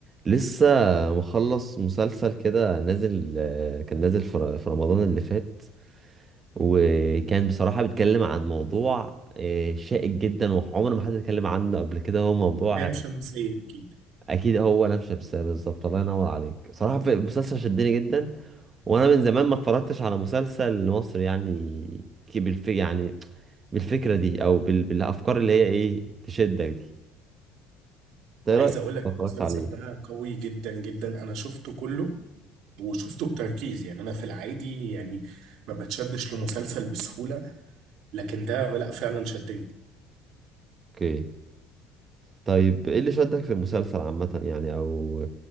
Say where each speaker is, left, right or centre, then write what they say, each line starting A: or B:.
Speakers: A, on the right; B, on the right.
A: لسه مخلص مسلسل كده نازل آه، كان نازل في ر- في رمضان اللي فات وكان بصراحة بيتكلم عن موضوع آه، شائك جدا وعمر ما حد اتكلم عنه قبل كده هو موضوع
B: لام شمسية أكيد
A: اكيد هو لام شمسية بالظبط الله ينور عليك صراحة في مسلسل شدني جدا وانا من زمان ما اتفرجتش على مسلسل مصري يعني ك- بالف يعني بالفكرة دي او بال... بالافكار اللي هي ايه تشدك دي انت ايه
B: عايز
A: رأيك
B: أقول لك
A: لو اتفرجت
B: المسلسل
A: عليه
B: ده قوي جدا جدا أنا شفته كله وشفته بتركيز يعني أنا في العادي يعني ما بتشدش لمسلسل بسهولة لكن ده لا فعلا شدني
A: اوكي طيب ايه اللي شدك في المسلسل عامة يعني او